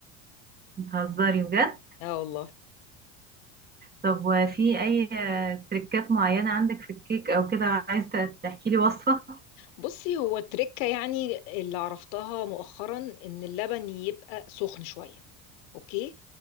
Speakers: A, on the right; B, on the left.
A: بتهزري بجد
B: اه والله
A: طب وفي أي آه، تريكات معينة عندك في الكيك أو كده عايزة تحكي لي وصفة
B: بصي هو التركة يعني اللي عرفتها مؤخرا ان اللبن يبقى سخن شوية اوكي